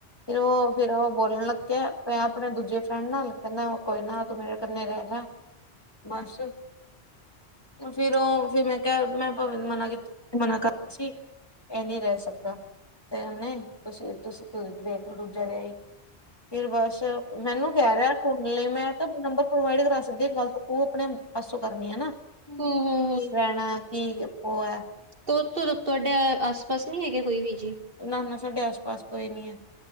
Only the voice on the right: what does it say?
ਹੂੰ ਹੂੰ
ਤੇ ਓਥੋਂ ਤਾਂ ਤੁਆਡੇ ਆਸ-ਪਾਸ ਨੀ ਹੈਗੇ ਕੋਈ ਵੀ ਜੀ।